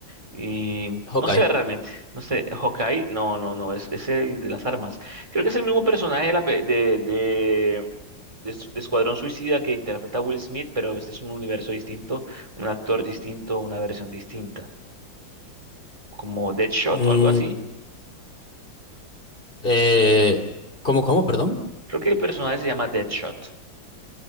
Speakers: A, on the right (about 15°); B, on the left (about 25°).
A: Y
B: Hawkeye.
A: no sé realmente, no sé, Hawkeye, no, no, no, es, es el de las armas. Creo que es el mismo personaje de, la pe- de, de, de S- de Escuadrón Suicida que interpreta Will Smith, pero este es un universo distinto, un actor distinto, una versión distinta, como Deadshot
B: Mm,
A: o algo Mm. así.
B: eh, ¿cómo, cómo, perdón?
A: Creo que el personaje se llama Deadshot.